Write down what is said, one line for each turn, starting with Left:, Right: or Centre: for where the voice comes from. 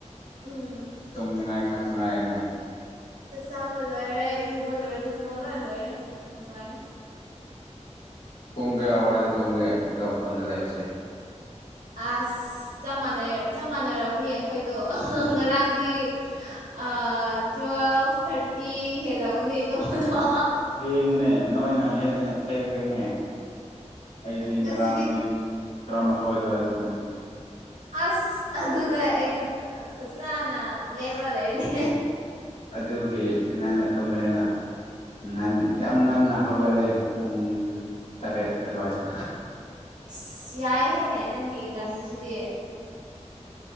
Right: ꯎꯝ
Left: ꯇꯨꯝꯅꯤꯡꯉꯥꯏ ꯉꯥꯛꯇ ꯉꯥꯏꯔꯦꯅꯦ
Right: ꯆꯥꯛ ꯆꯥꯕ ꯂꯣꯏꯔꯦ ꯏꯔꯨꯕ ꯂꯣꯏꯔꯦꯗꯤ ꯊꯕꯛ ꯂꯣꯏ ꯂꯣꯏꯔꯦ ꯅꯨꯡꯉꯥꯏꯔꯦ
Left: ꯄꯨꯡ ꯀꯌꯥꯋꯥꯏꯗ ꯇꯨꯝꯒꯦ ꯑꯗꯣ ꯑꯩꯈꯣꯟꯗ ꯂꯩꯔꯨꯁꯦ
Right: ꯑꯁ ꯆꯞ ꯃꯥꯟꯅꯩ ꯆꯞ ꯃꯥꯟꯅꯎꯅꯤ ꯑꯩꯈꯣꯏꯗꯣ ꯉꯔꯥꯡꯗꯤ ꯑ ꯇ꯭ꯋꯦꯜꯐ ꯊꯥꯔꯇꯤ ꯍꯦꯂꯒꯅꯤ ꯇꯨꯝꯕꯗꯣ
Left: ꯊꯦꯡꯉꯤꯅꯦ ꯅꯣꯏꯅ ꯍꯦꯟꯅ ꯊꯦꯡꯈ꯭ꯔꯦꯅꯦ ꯑꯩꯗꯤ
Right: ꯉꯁꯤꯗꯤ
Left: ꯉꯔꯥꯡꯗꯤ ꯇꯔꯥꯃꯥꯊꯣꯏ ꯑꯗꯨꯋꯥꯏꯗ ꯇꯨꯝꯃꯦ
Right: ꯑꯁ ꯑꯗꯨꯗ ꯑꯩꯗꯤ ꯐꯖꯥꯅ ꯂꯦꯞꯄꯒ ꯂꯩꯔꯅꯤ
Left: ꯑꯗꯨꯒꯤ ꯉꯟꯅꯥ ꯑꯇꯨꯝꯕꯅꯤꯅ ꯉꯟ ꯌꯥꯝ ꯉꯟꯅ ꯍꯧꯒꯠꯂꯦ ꯄꯨꯡ ꯇꯔꯦꯠ ꯑꯗꯨꯋꯥꯏꯗ
Right: ꯑꯁ ꯌꯥꯏꯍꯦ ꯅꯪꯒꯤ ꯉꯟꯕꯁꯤꯗꯤ